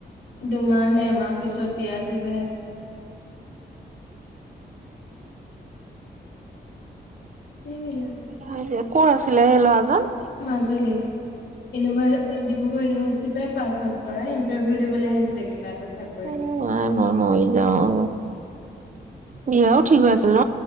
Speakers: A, on the left (about 75°); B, on the right (about 45°).
A: দুমাহ নে এমাহ পিছত বিয়া ঠিক হৈ আছিলে এইবিলাক
B: হয়ে ক'ৰ আছিলে সেই ল'ৰাজন
A: মাজুলীৰ ইউনিভা ডিব্ৰুগড় ইউনিভাৰ্চিটিৰ পৰাই পাছ আউট কৰা ইণ্টাৰভিউ দিবলৈ আহিছিলে কিবা এটা চাকৰি
B: অ আই মই মৰি যাওঁ বিয়াও ঠিক হৈ আছিল ন